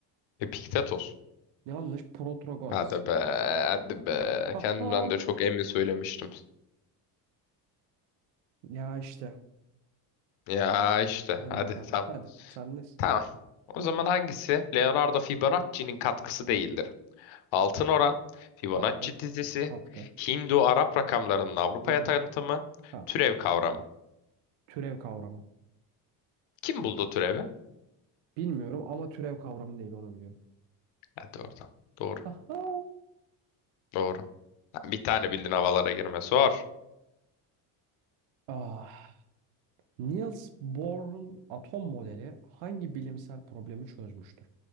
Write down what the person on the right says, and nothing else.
Yanlış Protagoras.
Aha!
Ya işte.
Hadi
bakalım.
Hadi. Sendeyiz.
Katkı.
Katkı.
Değil.
Ha.
Türev kavramı.
Bilmiyorum ama türev kavramı değil onu biliyorum.
Aha!
Ah. Niels Bohr'un atom modeli hangi bilimsel problemi çözmüştür?